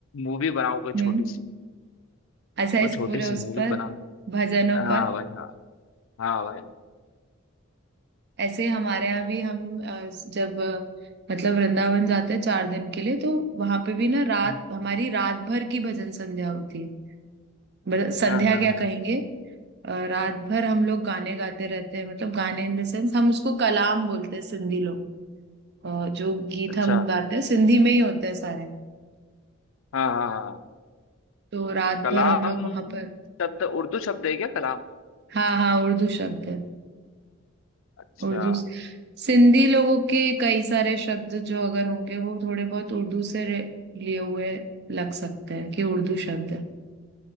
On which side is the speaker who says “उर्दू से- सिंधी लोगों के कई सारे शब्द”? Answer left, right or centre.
Right